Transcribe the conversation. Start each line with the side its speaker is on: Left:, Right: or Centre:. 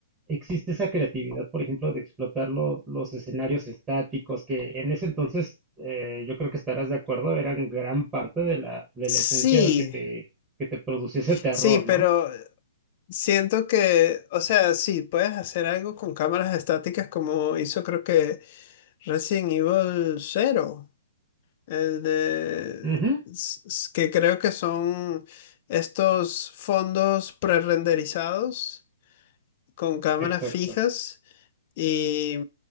Right: existe esa creatividad, por ejemplo, de explotar los, los escenarios estáticos que en ese entonces, eh, yo creo que estarás de acuerdo, eran gran parte de la, de
Left: sí,
Right: la esencia de que te, que te produciese terror,
Left: sí, pero
Right: ¿no?
Left: siento que, o sea, sí, puedes hacer algo con cámaras estáticas como hizo creo que Resident Evil Cero. eh, de-
Right: Ujú,
Left: s- s- que creo que son estos fondos prerenderizados con cámaras
Right: exacto.
Left: fijas y,